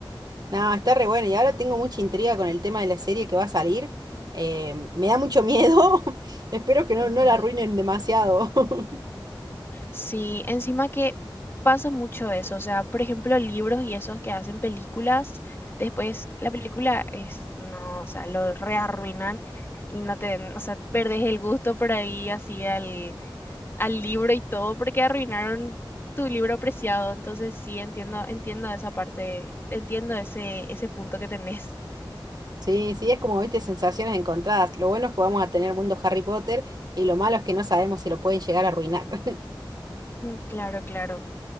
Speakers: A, on the right (about 50°); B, on the left (about 25°).
A: No, está re bueno. Y ahora tengo mucha intriga con el tema de la serie que va a salir. Eh, me da mucho miedo. <laughs> Espero que no,
B: Ujú.
A: no la arruinen demasiado. <laughs>
B: Sí, encima que pasa mucho eso, o sea, por ejemplo, libros y esos que hacen películas, después la película es, no, o sea, lo rearruinan y no te, o sea, perdés el gusto por ahí así al, al libro y todo porque arruinaron tu libro preciado. Entonces sí, entiendo, entiendo esa parte, entiendo ese, ese punto que tenés.
A: Sí, sí, es como, viste, sensaciones encontradas. Lo bueno es que vamos a tener mundo Harry Potter y lo malo es que no sabemos si lo pueden llegar a arruinar. <laughs>
B: <laughs> Ujú, Claro, claro.